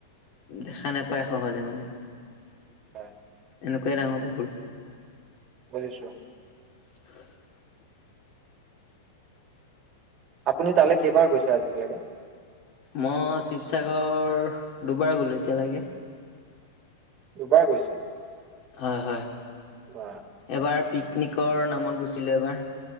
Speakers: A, on the left; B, on the right.
A: দেখা নেপায় সহজে মানে
B: হয়
A: এনেকুৱাই ডাঙৰ পুখুৰী।
B: বুজিছো।
A: <inaudible>
B: আপুনি তালৈ কেইবাৰ কৈছে আজিলৈকে?
A: মই শিৱসাগৰ দুবাৰ গ'লো এতিয়ালেকে।
B: দুুবাৰ গৈছে?
A: হয় হয়।
B: বা
A: এবাৰ পিকনিকৰ নামত গৈছিলো এবাৰ।